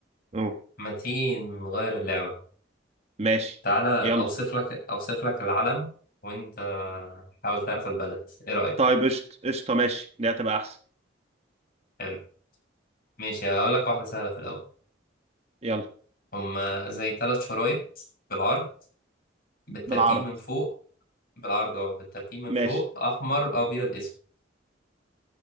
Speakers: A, on the right; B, on the left.
A: أوه.
B: ما تيجي نغير اللعبة
A: ماشي
B: تعالى
A: يلا
B: اوصف لك اوصف لك العلم وانت حاول تعرف البلد ايه رأيك
A: طيب
B: فيه
A: قشطة قشطة ماشي دي هتبقى أحسن
B: حلو ماشي هقول لك واحدة سهلة في الاول
A: يلا
B: هما زي ثلاث شرايط بالعرض بالترتيب
A: بالعرض
B: من فوق بالعرض اه بالترتيب من
A: ماشي
B: فوق احمر ابيض اسود